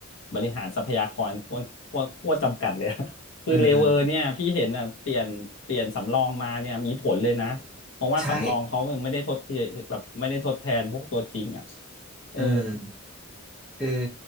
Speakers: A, on the left; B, in the centre.
A: บริหารทรัพยากรโคตรโคตรโคตรจำกัดเลยอะ <laughs> คือเลเวอร์เนี่ยพี่เห็นอ่ะเปลี่ยนเปลี่ยนสำรองมาเนี่ยมีผลเลยนะเพราะว่าสำรองเขายังไม่ได้ทดเทียแบบไม่ได้ทดแทนพวกตัวจริงอ่ะ
B: อืมใช่
A: เออ
B: อืม คือ